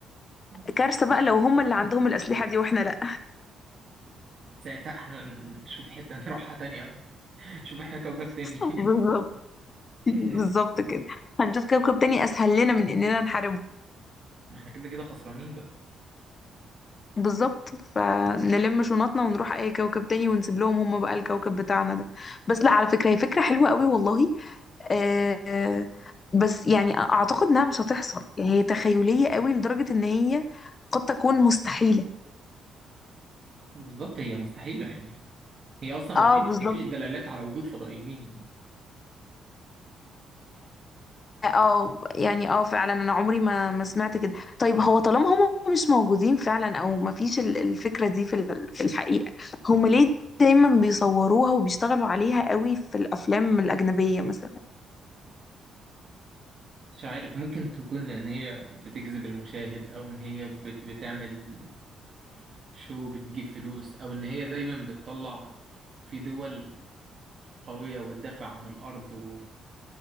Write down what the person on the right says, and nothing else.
مم.
ساعتها احنا نشوف حتة نروحها تانية <laughs> نشوف احنا كوكب تاني
<laughs>
ما احنا كده كده خسرانين بقى
بالظبط هي مستحيلة يعني هي أصلا
مفيش
مفيش دلالات على وجود فضائيين يعني
مش عارف ممكن تكون لأن هي بتجذب المشاهد أو إن هي بت بتعمل شو بتجيب فلوس أو إن هي دايما بتطلع في دول قوية وتدافع عن الأرض و-